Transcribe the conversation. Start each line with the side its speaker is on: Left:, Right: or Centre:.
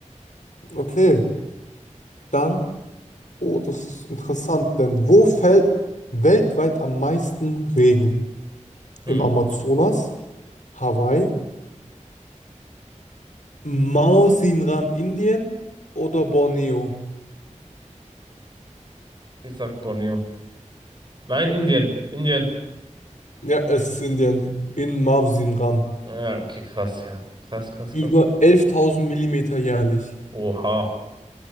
Left: Okay, dann. Oh, das ist interessant, denn wo fällt weltweit am meisten Regen?
Right: Hm,
Left: Im Amazonas, Hawaii, Mausinram, Indien oder Borneo?
Right: ich sag Borneo. Nein, Indien. Indien.
Left: Ja, es ist Indien. In Mausinram.
Right: Ja, okay, krass, ja. Krass, krass,
Left: Über
Right: krass.
Left: 11.000 Millimeter jährlich.
Right: Oha,